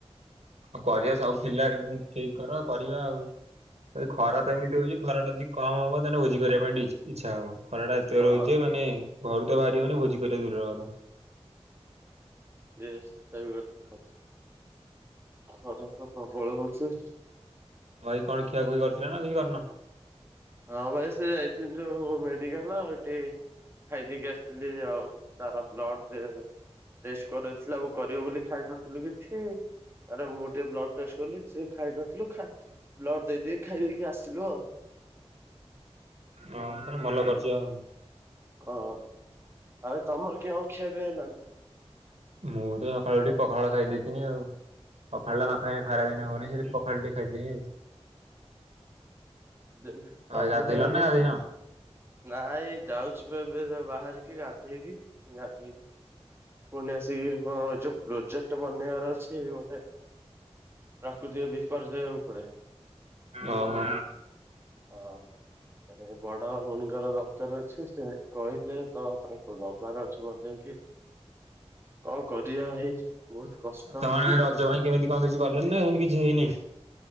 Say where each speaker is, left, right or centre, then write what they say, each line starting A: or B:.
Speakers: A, on the right; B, on the right.
A: ଆଉ କରିବା ସବୁ ପିଲା ଠିକ କର କରିବା ଆଉ। ଏ ଖରା ତ ଏମିତି ହଉଛି ଖରା ଟ ଯଦି କମ ହବ ତାହେଲେ ଭୋଜି କରିବା ପାଇଁ ଇଚ୍ଛା ହବ। ଖରା ଟା ତ
B: ହଁ।
A: ରହୁଛ ମାନେ ଘରୁ ତ ବାହାରିବନି ଭୋଜି କରିବା ଦୂରର କଥା।
B: ଏଇ ସେଇଟା ବି ଗଟେ ଖରା ତ ପ୍ରବଳ ହଉଛି।
A: ଭାଇ କଣ ଖିଆକୁୁଇ କରିଥିଲେ ନା କିଛି କରିନ?
B: ହଁ ଭାଇ ସେ ଯାଇଥିନି ଯୋଉ ମେଡିକାଲ ହେଠି ଖାଇଦେଇକି ଆସିଥିଲି ଆଉ ତାର ବ୍ଲଡ ଦେ ରେଷ୍ଟ କରଥିଲେ ଆଉ କରିବ ବୋଲି ଖାଇନଥିଲୁ କିଛି। ଆରେ ମୁଁ ଟିକେ ବ୍ଲଡ ଟେଷ୍ଟ କଲି ସିଏ ଖାଇ ନଥିଲୁ ଖା ବ୍ଲଡ ଦେଇ ଦେଇକି ଖାଇ ଦେଇକି ଆସିଲୁ ଆଉ।
A: ହଁ ଆପଣ ଭଲ କରିଛ ଆଉ।
B: ହଁ ଆଉ ତମର କିଏ ଅଛି ଏବେ ନା?
A: ମୁଁ ତ ସକାଳୁ ଉଠି ପଖାଳ ଖାଇ ଦେଇଥିନି ଆଉ। ପଖାଳ ଟା ନଖାଇନେ
B: ଆରେ
A: ଖରା ଦିନେ ହଉନି ସେଥିରେ ପଖାଳ ଟେ ଖାଇଦେଇଛି ଆଉ।
B: ଦିନ ସବୁ
A: ଆ ଗାଧିଲ
B: ଖାଇବା
A: ନା
B: ପାଇଁ
A: ଗାଧିନ?
B: ନାଇଁ ଯାଉଛି ଏବେ ବାହାରିକି ଗାଧେଇବି। ଗାଧେଇକି ପୁଣି ଆସିକି କଣ ଯୋଉ ପ୍ରୋଜେକ୍ଟ ବନେଇବାର ଅଛି ଗୋଟେ ପ୍ରାକୃତିକ ବିପର୍ଯ୍ୟୟ ଉପରେ।
A: ଓହୋ।
B: ହଁ। ଏ ବଡ ଭଉଣୀଙ୍କର ଦରକାର ଅଛି ସେ କହିଥିଲେ ତ ତାଙ୍କୁ ଦବାର ଅଛି ବନେଇକି କଣ କରିଆ ଭାଇ ବହୁତ କଷ୍ଟ
A: ଆଉ
B: ହଉଛି
A: ତମେ ରଜ ପାଇଁ କେମିତି କଣ କିଛି କଲେଣି ନା ଏମିତି କିଛି ହେଇନି?